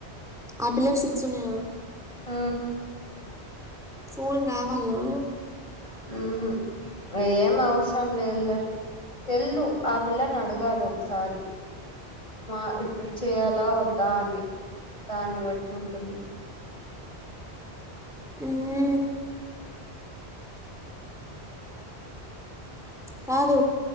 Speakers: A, in the centre; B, on the left (about 30°).
A: ఆ పిల్లవి సిక్స్ ఉన్నాయా?
B: మ్
A: ఫోన్ కావాలా?
B: ఉహు ఏం అవసరం లేదులే. తెల్దు ఆ పిల్లని అడగాలి ఒకసారి. మా ఇప్పుడు చేయాలా వద్దా అని. దాన్ని బట్టి ఉంటుంది.
A: మ్ కాదు